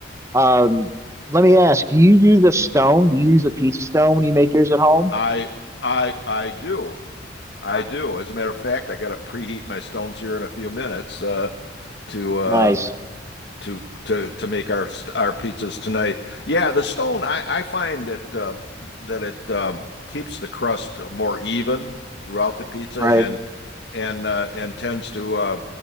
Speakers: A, on the right; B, on the left.
A: Um, let me ask, do you use a stone? Do you use a pizza stone when you make yours at home?
B: I I I do. I do. As a matter of fact, I got to preheat my stones here in a few minutes uh, to uh,
A: Nice.
B: to to to make our st- our pizzas tonight. Yeah, the stone I, I find that uh, that it um, keeps the crust more even throughout the pizza
A: Right.
B: and and uh, and tends to uh,